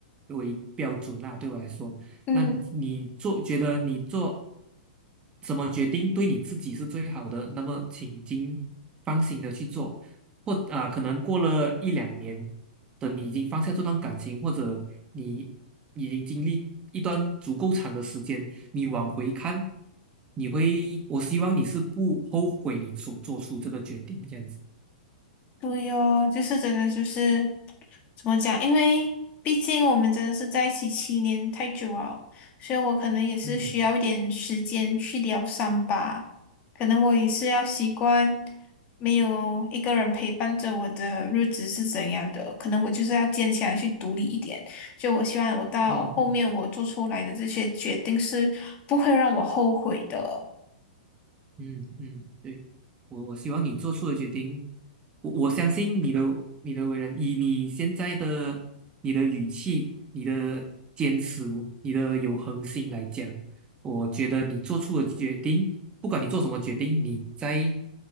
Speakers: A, on the right; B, on the left.
A: 为标准啦。对我来说，
B: 嗯，
A: 那你你做觉得你做什么决定对你自己是最好的，那么请尽放心的去做。或啊、可能过了一两年，等你已经放下这段感情，或者你已经经历一段足够长的时间，你往回看，你会，我希望你是不后悔你所做出这个决定，这样子。
B: 对哦，就是真的就是。怎么讲？因为毕竟我们真的是在一起七年太久了，所以我可能也是需要一点时间去疗伤吧。
A: 嗯
B: 可能我也是要习惯没有一个人陪伴着我的日子是怎样的，可能我就是要坚强去独立一点。就我希望我到后面我做出来的这些决定是不会让我后悔的。
A: 嗯嗯。嗯嗯，对，我我希望你做出的决定，我我相信你的你的为人，以你现在的你的语气、你的坚持、你的有恒心来讲，我觉得你做出的决定，不管你做什么决定，你在